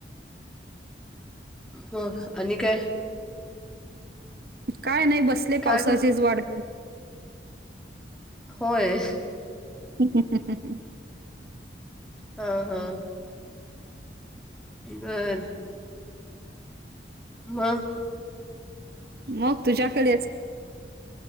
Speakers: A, in the centre; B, on the right.
A: हो आणि काय
B: काय नाही बसले
A: काय
B: पावसाचीच
A: कर
B: वाढ
A: होय
B: हम्म हम्म हम्म
A: हा हा बरं मग
B: मग तुझ्याकडेच